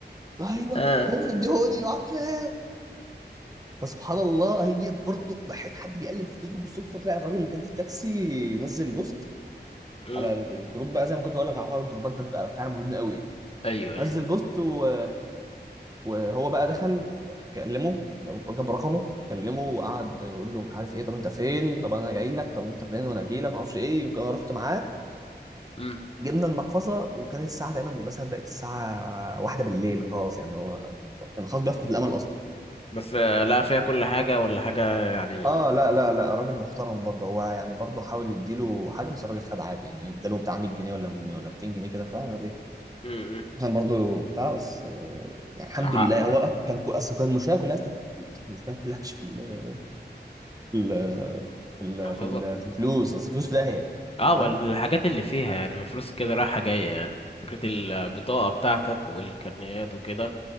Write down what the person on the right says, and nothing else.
ايوه
فين اديهوني ما اعرفش ايه فسبحان الله هي برضه بح- حد بيقلب في فيسبوك بالصدفه طلع الراجل اللي كان في التاكسي نزل بوست
على الجروب بقى زي ما كنت بقول لك على حوار الجروبات ده بقى فعلا مهم قوي يعني.
نزل بوست و... وهو بقى دخل كلمه جاب رقمه كلمه وقعد يقول له مش عارف ايه طب انت فين طب انا جاي لك طب انت فين وانا جاي لك ما اعرفش ايه يمكن انا رحت معاه
جبنا المحفظه وكانت الساعه تقريبا مثلا بقت الساعه واحدة بالليل خلاص يعني هو كان كان خلاص بيفقد الامل اصلا
اه لا لا لا راجل محترم برضه هو يعني برضه حاول يديله حاجه بس الراجل خد عادي يعني اداله بتاع 100 جنيه ولا ولا 200 جنيه كده فاهم
عشان برضو بتاع بس آه، يعني الحمد
لله هو
اصلا كان كو- اصل كان المشكله كلها أصلا في الفلوس المشكله كلها مش في ال في ال في ال
في, ال- في الفلوس اصل الفلوس في داهيه
فاهم